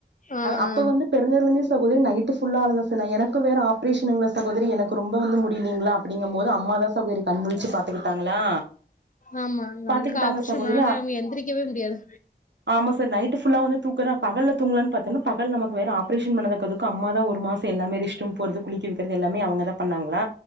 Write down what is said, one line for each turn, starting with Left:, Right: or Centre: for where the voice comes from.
Left: ஆ ஆ
Right: அப்ப வந்து பிறந்ததுல இருந்தே சகோதரி நைட்டு ஃபுல்லா அழகாச எனக்கு வேற ப்ரிஷங்களா சகோதரி எனக்கு ரொம்ப வந்து முடிலிங்களா அப்படிங்க ஒரு அம்மாதா சகோதரி கண்முழிச்சி பாத்துக்கிட்டாங்களா
Left: ஆமா நம்மளுக்கு
Right: பாத்துக்கிட்டாங்க
Left: ஆப்ரேஷன்
Right: சகோதரி
Left: பண்ணாலே நம்ம எந்திரிக்கவே முடியாது
Right: ஆமா சார் நைட்டு ஃபுல்லா வந்து தூக்குற பகல்ல தூங்கலன்னு பாத்தங்கன்ன பகல் நமக்கு வேற ஆப்ரேஷன் பண்ணத கது அம்மா தான் ஒரு மாசம் எல்லாமே ரெஷ்ட்ரூம் போறது குளிக்க வைக்கிறது எல்லாமே அவுங்க தான் பண்ணாங்களா